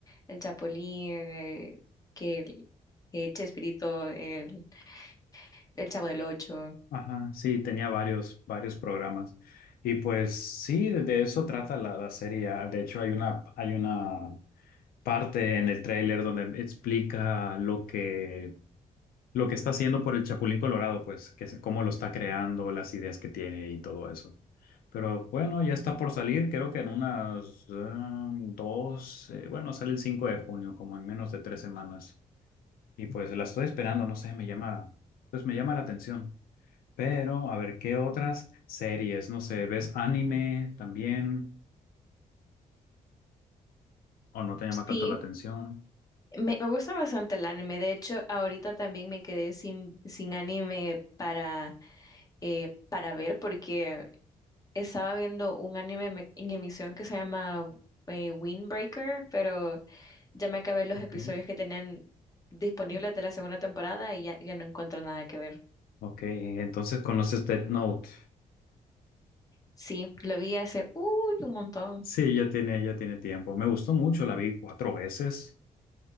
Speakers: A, on the left; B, on the left.
A: el Chapulín, eh, que el- eh, Chespirito, el, el Chavo del Ocho.
B: ajá, sí, tenía varios, varios programas. Y pues sí, de de eso trata la, la serie. Ah, De hecho, hay una, hay una parte en el tráiler donde explica lo que lo que está haciendo por el Chapulín Colorado, pues, que es cómo lo está creando, las ideas que tiene y todo eso. Pero bueno, ya está por salir, creo que en unas eh, dos, eh, bueno, sale el 5 de junio, como en menos de tres semanas. Y pues la estoy esperando, no sé, me llama, pues me llama la atención. Pero a ver, ¿qué otras series? No sé, ¿ves anime también? ¿O no te llama
A: Sí,
B: tanto la atención?
A: me, me gusta bastante el anime. De hecho, ahorita también me quedé sin, sin anime para, eh, para ver porque estaba viendo un anime me- en emisión que se llama eh, Windbreaker, pero ya me acabé los
B: Ok.
A: episodios que tenían disponibles de la segunda temporada y ya, ya no encuentro nada que ver.
B: Ok, entonces conoces Death Note.
A: Sí, lo vi hace, uy, un montón.
B: Sí, ya tiene, ya tiene tiempo. Me gustó mucho, la vi cuatro veces,